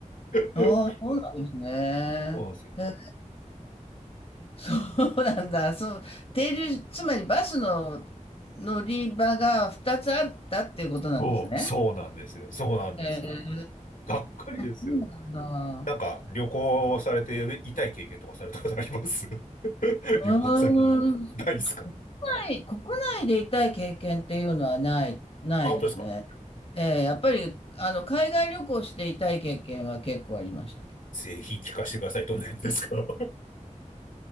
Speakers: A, on the left (about 85°); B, on the left (about 45°).
A: <laughs>
B: ああ、そうなんですね。
A: そうなんですよ。
B: へえそうなんだ。そう、停留、つまりバスの乗り場が2つあったっていうことなんですね。
A: そう、そうなんですよ。そうなんですよ。
B: へえ
A: がっかりですよ。
B: そうなん
A: なんか、
B: だ。
A: 旅行されて痛い経験とかされたことあります <laughs>
B: うーん
A: 旅行先で。ないですか
B: 国内、国内で痛い経験っていうのはない、ないですね。
A: あ、本当ですか
B: えーやっぱり、あの、海外旅行して痛い経験は結構ありましたけど。
A: ぜひ聞かせてください。どんなやつですか